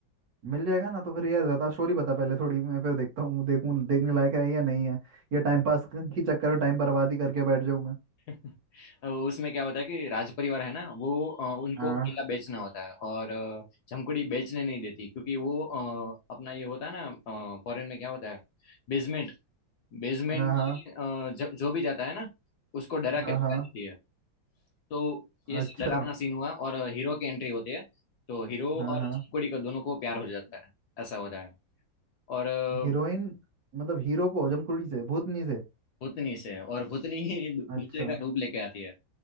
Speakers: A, on the right; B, on the left.
A: मिल जाएगा ना तो फिर यार बता स्टोरी बता पहले थोड़ी मैं फिर देखता हूँ देखूँ देखने लायक है या नहीं है या टाइम पास की चक्कर में टाइम बर्बाद ही करके बैठ जाऊँ मैं
B: <laughs> अ, उसमें क्या होता है कि राज परिवार है ना वो अ, उनको
A: हाँ
B: किला बेचना होता है और अ, जमकुड़ी बेचने नहीं देती क्योंकि वो अ, अपना ये होता है ना फॉरेन में क्या होता है बेसमेंट बेसमेंट
A: हाँ
B: में
A: हाँ
B: अ, ज, जो भी जाता है ना उसको डरा के
A: हाँ
B: भगा देती है तो ये
A: हाँ, अच्छा
B: सब डरावना सीन हुआ और हीरो की एंट्री होती है तो हीरो
A: हाँ
B: और
A: हाँ
B: जमकुड़ी को दोनों को प्यार हो जाता है ऐसा होता है और अ,
A: हीरोइन मतलब हीरो को जमकुड़ी से भूतनी से
B: भूतनी से और भूतनी ही दू-
A: अच्छा
B: दूसरे का रूप लेके आती है